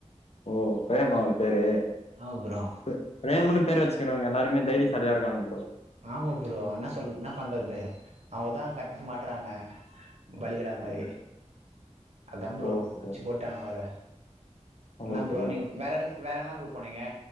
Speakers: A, on the left; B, on the right.
A: ஓ பிரேம் அவரு பேரு
B: ஆமா ப்ரோ
A: பெ பிரேமுனு பேர் வச்சுக்கிறவங்க எல்லாருமே தைரியசாலியா இருக்காங்க ப்ரோ
B: ஆமா ப்ரோ என்னா சொல் என்னா பண்றது அவருதா கடைசி மாட் ட்றாங்க பலிகடா மாரி
A: ஓ
B: அதா ப்ரோ
A: ஓஹோ
B: புடிச்சி போட்டாங்க அவர என்னா
A: ஓஹோ
B: ப்ரோ நீங்க வேற எடத்து வேற எங்கலா ப்ரோ போனீங்க